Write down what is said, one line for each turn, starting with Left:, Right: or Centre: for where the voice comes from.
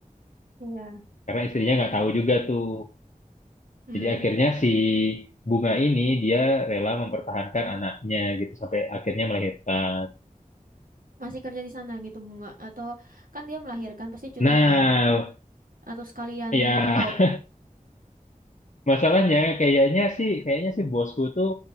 Right: iya.
Left: karena istrinya nggak tahu juga tuh.
Right: Hmm,
Left: Jadi akhirnya si bunga ini dia rela mempertahankan anaknya gitu sampai akhirnya melahirkan.
Right: masih kerja di sana gitu Bunga? Atau kan dia melahirkan pasti cuti
Left: Nah,
Right: kan? Atau sekalian
Left: ya
Right: out?
Left: masalahnya kayaknya sih kayaknya sih bosku tuh